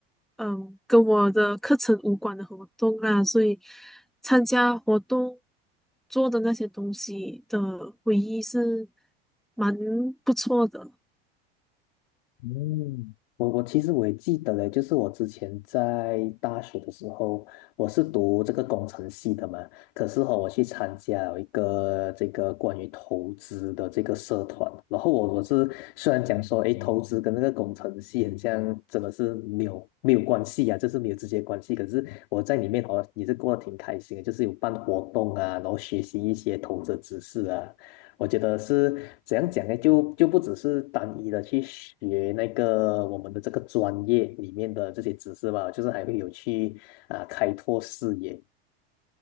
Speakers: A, in the centre; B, on the left (about 65°).
A: 嗯跟我的课程无关的活动啦，所以参加活动做的那些东西的回忆是蛮不错的。
B: 嗯，我我其实我也记得嘞，就是我之前在大学的时候，我是读这个工程系的嘛，可是哈、我去参加了一个这个关于投资的这个社团，然后我我是虽然讲说，诶，投资跟那个工程系很像，真的是没有没有关系啊，就是没有直接关系，可是我在里面好像也是过得挺开心的，就是有办活动啊，然后学习一些投资知识啊，我觉得是怎样讲呢？就就不只是单一的去学那个我们的这个专业里面的这些知识吧，就是还会有去啊、开拓视野。